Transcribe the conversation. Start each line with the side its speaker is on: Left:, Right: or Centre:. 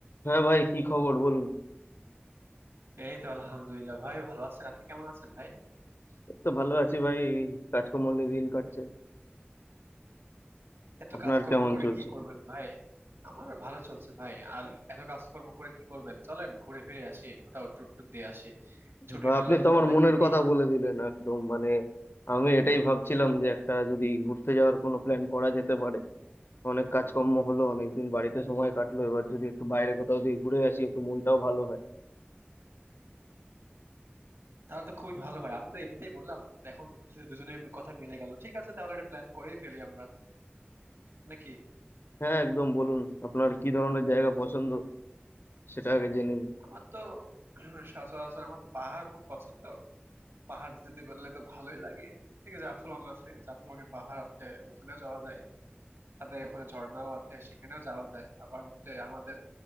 Left: হ্যাঁ ভাই কি খবর বলুন
Right: এই তো আলহামদুলিল্লাহ ভাই ভালো আছেন আপনি কেমন আছেন ভাই
Left: এই তো ভালো আছি ভাই এই কাজকর্ম নিয়ে দিন কাটছে
Right: এত
Left: আপনার
Right: কাজকর্ম
Left: কেমন
Right: করে
Left: চলছে
Right: কি করবেন ভাই আমারও ভালো চলছে ভাই আর এত কাজকর্ম করে কি করবেন চলেন ঘুরে ফিরে আসি কোথাও ট্যুর ট্যুর দিয়ে আসি ছুটি
Left: বা
Right: পেলাম
Left: আপনি তো
Right: তো
Left: আমার
Right: অনেক
Left: মনের
Right: দিনই
Left: কথা বলে দিলেন একদম মানে আমি এটাই ভাবছিলাম যে একটা যদি ঘুরতে যাওয়ার কোনো প্ল্যান করা যেতে পারে অনেক কাজকর্ম হলো অনেকদিন বাড়িতে সময় কাটলো এবার যদি একটু বাইরে কোথাও দিয়ে ঘুরে আসি একটু মনটাও ভালো হয়
Right: তাহলে তো খুবই ভালো হয় আমি তো এমনিতেই বললাম এখন দেখছি যে দুজনের মি- কথা মিলে গেল ঠিক আছে তাহলে একটা প্ল্যান করেই ফেলি আমরা নাকি
Left: হ্যাঁ একদম বলুন আপনার কি ধরনের জায়গা পছন্দ সেটা আগে জেনে নিন
Right: আমার তো <clears throat> সচরাচর আমার তো পাহাড় খুব পছন্দ পাহাড় যেতে পারলে তো ভালোই লাগে ঠিক আছে জাফলং আছে জাফলং এ পাহাড় আছে ওখানেও যাওয়া যায় তাদের ওখানে ঝর্ণাও আছে সেখানেও যাওয়া যায় আবার হচ্ছে আমাদের